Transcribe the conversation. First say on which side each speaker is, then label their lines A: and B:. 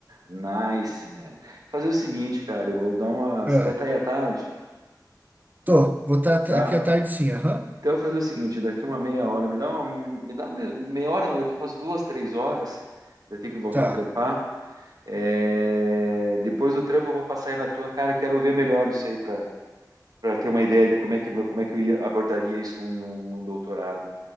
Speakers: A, on the right; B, on the right.
A: Nice, man. Fazer o seguinte, cara, eu vou dar uma.
B: Ah,
A: Você vai estar aí à tarde,
B: tô, vou estar
A: tá?
B: aqui à tarde sim, aham.
A: Então eu vou fazer o seguinte, daqui uma meia hora, me dá uma, me dá meia hora, não, daqui umas duas, três horas, eu tenho que voltar
B: Tá.
A: a trampar. É, Depois do trampo eu vou passar aí na tua, cara, quero ver melhor isso aí para para ter uma ideia de como é que como é que eu ia, abordaria isso num, num num doutorado.